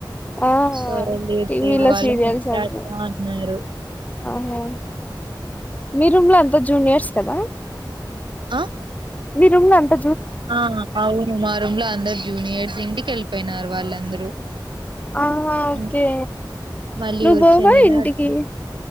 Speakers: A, on the left; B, on the right.
A: ఆ
B: సరే లేదు
A: టీవీలో
B: లేదు వాళ్ళు
A: సీరియల్స్
B: మాట్లాతా
A: అను
B: ఉన్నారు.
A: ఆహా మీ రూమ్ లో అంతా జూనియర్స్ కదా
B: ఆ
A: మీరు రూమ్ లో అంత
B: ఆ అవును మా రూమ్ లో అందరు జూనియర్స్ ఇంటికి వెళ్ళిపోయినారు వాళ్ళందరూ
A: ఆహా ఓకే
B: అ మళ్ళీ
A: నువ్వు
B: వచ్చే
A: పోవా
B: నెలా
A: ఇంటికి
B: అంతే